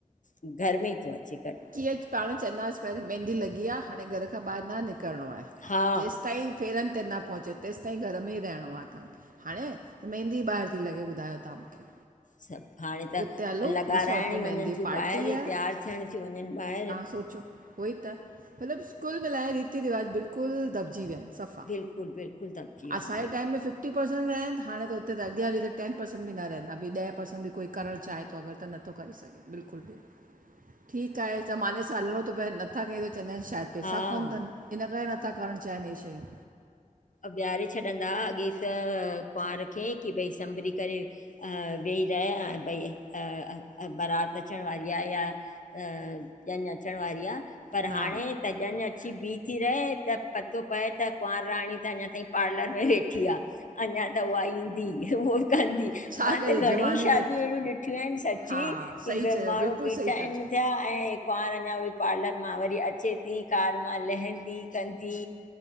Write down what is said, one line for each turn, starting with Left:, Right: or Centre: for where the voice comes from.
Left: घर में ई थो अचे ॻॾु
Right: कींअं पांणं चंइंदास पहिरीं मेंहदी लॻी आ हाणे घर खां ॿाहिरि न निकरणो आहे
Left: हा
Right: ॼेसि ताईं फेरनि ते न पहुचे तेसिताईं घर में ई रहिणो आ तहांखे हाणे, मेंहदी ॿाहिरि थी लॻे ॿुधायो तव्हां मूंखे
Left: सभु हाणे त
Right: उते हलो
Left: लॻाराइण
Right: रिसोर्ट में
Left: ई
Right: मेंहदी
Left: वञनि थियूं
Right: पार्टी
Left: ॿाहिरि
Right: आहे
Left: तयारु थियण थियूं वञनि ॿाहिरि
Right: सोचो उहो ई त मतिलबु कुल मिलाए रीति रिवाज बिल्कुलु दॿिजी विया आहिनि। सफ़ा,
Left: बिल्कुलु बिल्कुलु दॿिजी विया
Right: असांजे
Left: आहिनि बिल्कुलु
Right: टाइम में फिफ फिफ्टी परसेंट रहियाइन, हाणे त उते अॻियां हली त टेन परसेंट बि न रहंदा, ॿि ॾहे परसेंट बि कोई करणु चाहे तो अगरि त नत्थो करे सघे, बिल्कुलु बि ठीक आहे ज़माने सां हलणो तो पए, नत्था कयंऊं त चवंदा आहिनि शायदि पैसा
Left: हा
Right: कोन्ह थनि, इन्ह करे नथा करणु चाहिनि हे शयूं।
Left: बीहारे छॾंदा हा अॻे त कुंवार खे, की भई संभरी करे अ वेही रहिया आ भई, अ अ बारात अचण वारी आ या त ॾयंञं अचण वारी आ। पर
Right: हा
Left: हाणे त ॼयंञिं अची बीही थी रहे, त पतो पए त कुंआंर राणी त अंञां तांईं पार्लर में वेठी आ, अंञां त उहा ईंदी उहो कंदी
Right: छा
Left: मां
Right: कजे
Left: त घणेंई
Right: ज़माने
Left: शादियूं
Right: खे
Left: अहिड़ियूं ॾिठियूं आहिनि सची,
Right: हा
Left: की
Right: सही चयो
Left: माण्हूं
Right: बिल्कुलु
Left: बीठा
Right: सही
Left: आहिनि
Right: था चओ
Left: थिया ऐं कुंआंर अंञां वई पार्लर मां वरी अचे थी, कार मां लहंदी कंदी